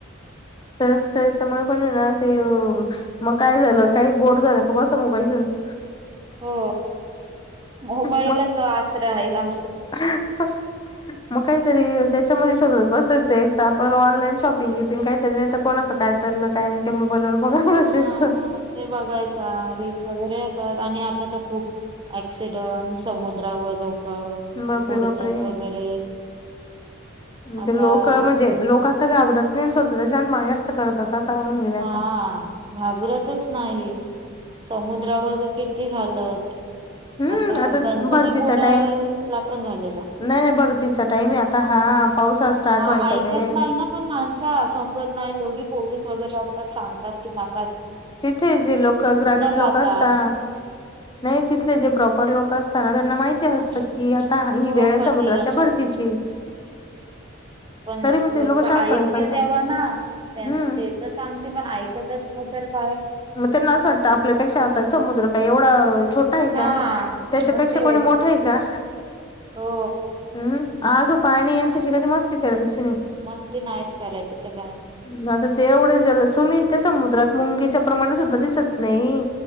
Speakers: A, on the left; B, on the right.
A: तेच त्याच्यामुळे पण आहे ना ते मग काय झालं काही बोर झालं का? बसा मोबाईल घेऊन. <inaudible>
B: हो मोबाईलच
A: मग
B: आसरा राहीला.
A: <inaudible> मग काहीतरी त्याच्यामध्ये शोधत बसायचं एक तर आपलं ऑनलाईन शॉपिंग बिपिंग काहीतरी नाही तर कोणाचं काय चा ल्लं काय नही त्या मोबाईलवर बघा बसायचं
B: हा मग ते बघायचा रील्स वगैरे येतात. आणि आता तर खूप ऍक्सिडंट, समुद्रावर लोक
A: बापरे
B: बुडतात
A: बापरे
B: वगैरे. आता
A: ते लोकं म्हणजे लोकं आता घाबरत नाहीन स्वतःचा शानपणा जास्त करतात. असा होऊन गेला
B: हा
A: आता
B: घाबरतंच नाही समु द्रावर किती झालं.
A: हम्म
B: आता गणपती
A: भरतीचा
B: पुणे
A: टाइम
B: ला पण झालेला.
A: नाही नाही भरतिचा टाईमे आता हा पाउसाळा स्टार्ट
B: हा
A: व्हायच्या
B: ऐकत
A: वेळे.
B: नाही ना पण माणसा समजत एवढी पोलीस वगैरे असतात सांगतात की ना
A: तिथे जे लोक ग्रामीण
B: जातात
A: लोक असता, नाही तिथंले जे प्रॉपर लोक अस् ता त्यांना माहिती
B: हा
A: असतं की आता ही
B: हो
A: वेळ
B: कधी
A: समुद्राच्या
B: येणार
A: भरतीची.
B: पण
A: तरी मग ते
B: लोकं
A: लोक शानपणा
B: ऐकतील
A: करता
B: तेव्हा ना. त्यांच
A: हम्म
B: ते तर सांगते पण ऐकतच नाही तर काय.
A: मग त्यांना असं वाटतं आपल्यापेक्षा आता समुद्र काय एवढा छोटाय
B: हा
A: का? त्याच्यापेक्षा
B: मग ते
A: कोणी मोठाय का?
B: हो
A: हम्म. आग, पाणी यांच्याशी कधी मस्ती करायची नाही,
B: मस्ती नाहीच करायची तर काय
A: म तेवढ जल तुम्ही त्या समुद्रात मुंगीच्या प्रमाण सुद्धा दिसत नाही,